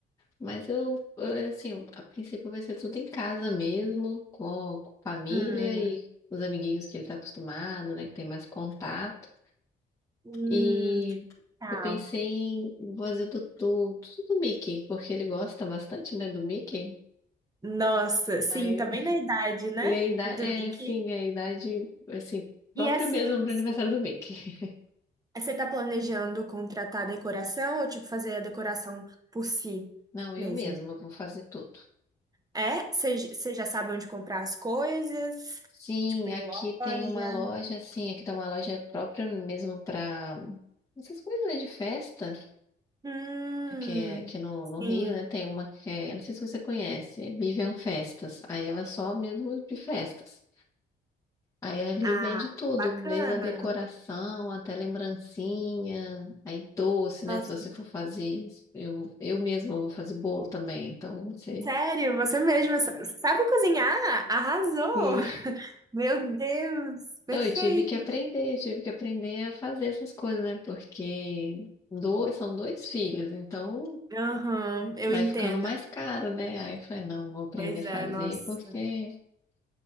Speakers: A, on the left (about 15°); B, on the right (about 20°).
A: Mas eu, eu, assim, a princípio vai ser tudo em casa mesmo, com, com família
B: Hum,
A: e os amiguinhos que ele tá acostumado, né? Que tem mais contato.
B: hum,
A: E
B: tá.
A: eu pensei em fazer do, do, do Mickey, porque ele gosta bastante, né, do Mickey.
B: Nossa, sim,
A: Aí,
B: tá bem na idade, né?
A: e a idade,
B: Do
A: é,
B: Mickey.
A: sim, a idade, assim, própria
B: E assim,
A: mesmo para o aniversário do Mickey.
B: É, Você tá planejando contratar decoração ou tipo fazer a decoração por si
A: <laughs> Não, eu
B: mesmo?
A: mesma vou fazer tudo.
B: É? Você j- você já sabe onde comprar as coisas?
A: Sim,
B: Tipo em
A: aqui
B: loja?
A: tem uma loja, sim, aqui tem uma loja própria mesmo para essas coisas, né, de festa,
B: Hum,
A: que é aqui no, no
B: sim.
A: Rio, né, tem uma que é, não sei se você conhece, Vivian Festas, aí ela é só mesmo de festas. Aí ali
B: Ah,
A: vende tudo,
B: bacana.
A: desde a decoração até lembrancinha, aí doce, né?
B: Nossa,
A: Se você for fazer, eu, eu mesma vou fazer bolo também, então você. <laughs>
B: sério, você mesma sa- sabe cozinhar? Arrasou!
A: Sim.
B: Meu Deus, perfeito.
A: Eu tive que aprender, eu tive que aprender a fazer essas coisas, né? Porque dois, são dois filhos, então
B: Aham, eu
A: vai
B: entendo.
A: ficando mais caro, né? Aí eu falei, não, vou aprender
B: Pois
A: a
B: é,
A: fazer,
B: nossa.
A: porque